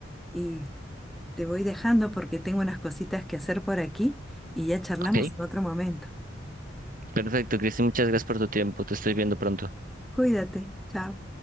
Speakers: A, in the centre; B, on the right (about 45°).
A: y te voy dejando porque tengo unas cositas que hacer por aquí y ya charlamos
B: ¿Ok?
A: en otro momento.
B: Perfecto, Cristi, muchas gracias por tu tiempo. Te estoy viendo pronto.
A: Cuídate, chao.